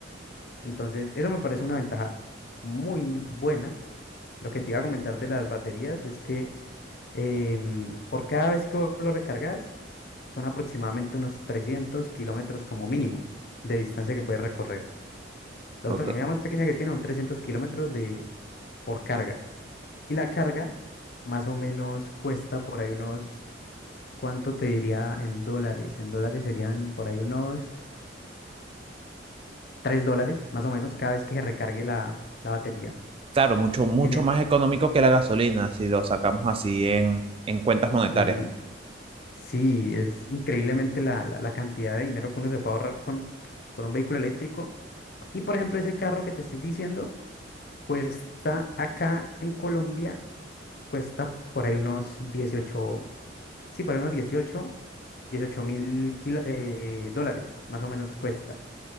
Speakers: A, on the left; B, on the right.
A: Entonces, eso me parece una ventaja muy buena. Lo que te iba a comentar de las baterías es que em, por cada vez que vos lo recargas, son aproximadamente unos 300 kilómetros como mínimo de distancia que puedes recorrer. La
B: Ok.
A: autonomía más pequeña que tiene son 300 kilómetros de, por carga. Y la carga más o menos cuesta por ahí unos, ¿cuánto te diría en dólares? En dólares serían por ahí unos 3 dólares más o menos cada vez que se recargue la, la batería.
B: Claro, mucho, mucho
A: En el...
B: más económico que la gasolina si lo sacamos así en, en cuentas monetarias.
A: Ujú. Sí, es increíblemente la, la- la cantidad de dinero que uno se puede ahorrar con, con un vehículo eléctrico. Y por ejemplo, ese carro que te estoy diciendo cuesta acá en Colombia, cuesta por ahí unos dieciocho sí, por ahí unos dieciocho dieciocho mil kilo- eh, dólares, más o menos cuesta,